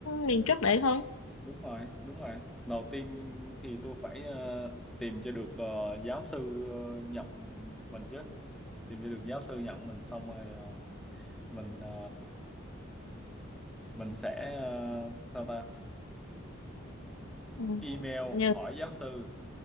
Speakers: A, on the left; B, in the centre.
A: mình trước đấy không
B: đúng rồi đúng rồi đầu tiên thì tôi phải ờ, tìm cho được ờ, giáo sư ờ, nhận mình chứ tìm cho được giáo sư nhận mình xong rồi ờ, mình ờ, mình sẽ ờ, sao ta
A: ừ.
B: email
A: nhờ
B: hỏi giáo sư